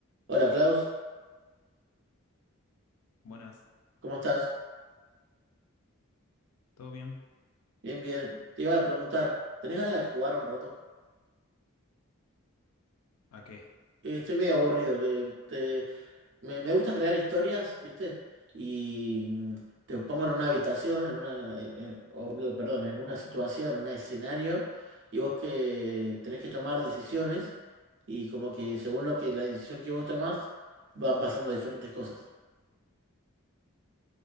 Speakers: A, on the right; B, on the left.
A: Hola Klaus,
B: Buenas,
A: ¿cómo estás?
B: ¿todo bien?
A: Bien, bien. Te iba a preguntar, ¿tenés ganas de jugar un rato?
B: ¿A qué?
A: Eh, Estoy medio aburrido. de- te- me, me gusta crear historias, ¿viste? Y mm, te pongo en una habitación, en una, en- en- o, digo, perdón, en una situación, en un escenario, y vos que tenés que tomar decisiones, y como que según lo que la decisión que vos tomás, van pasando diferentes cosas.